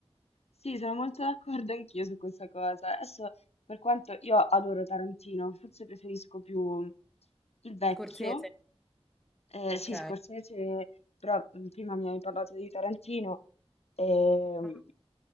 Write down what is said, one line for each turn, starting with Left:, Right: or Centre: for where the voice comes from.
Left: Sì, sono molto d'accordo anch'io su questa cosa. Adesso, per quanto io adoro Tarantino, forse preferisco più il vecchio,
Centre: Scorsese,
Left: eh,
Centre: ok.
Left: sì, Scorsese, però mh, prima mi hai parlato di Tarantino, ehm,
Centre: Ah,